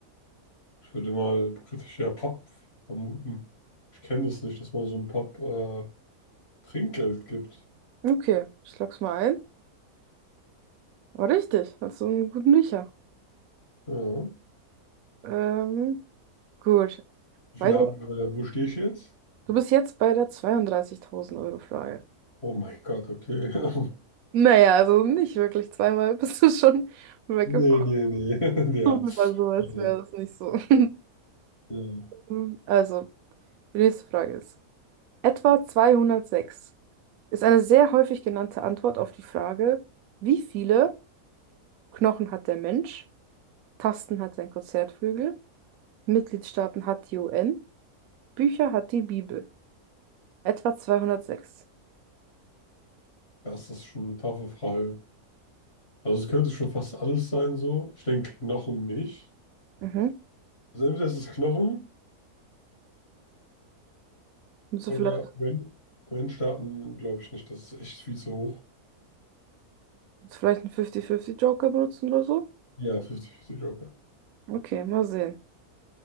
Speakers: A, on the left (about 45°); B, on the right (about 75°).
A: Ich würde mal kritisch ja Pub vermuten. Ich kenne das nicht, dass man so einem Pub äh, Trinkgeld gibt.
B: Okay, ich log's mal ein. War richtig, hast du einen guten Riecher.
A: Ja.
B: Ähm, gut.
A: Wie
B: Weiter.
A: viel hab, äh, wo stehe ich jetzt?
B: Du bist jetzt bei der 32.000 Euro Frage.
A: Oh mein Gott, okay. <laughs>
B: Naja, also nicht wirklich zweimal <laughs> bist du schon weggeflogen.
A: Nee, nee, nee. <laughs> Ja.
B: Aber so, als
A: Ja,
B: wäre das nicht so. <laughs>
A: ja.
B: Hm, Also, die nächste Frage ist, etwa 206 ist eine sehr häufig genannte Antwort auf die Frage, wie viele Knochen hat der Mensch, Tasten hat sein Konzertflügel, Mitgliedstaaten hat die UN, Bücher hat die Bibel. Etwa zweihundertsechs
A: Das ist schon eine taffe Frage. Also es könnte schon fast alles sein so. Ich denke Knochen nicht.
B: Mhm.
A: Also entweder ist es Knochen
B: Musst
A: oder
B: du vielleicht,
A: wenn, wenn starten, glaube ich nicht. Das ist echt viel zu hoch.
B: vielleicht einen 50-50-Joker benutzen oder so?
A: Ja, 50-50 Joker.
B: Okay, mal sehen.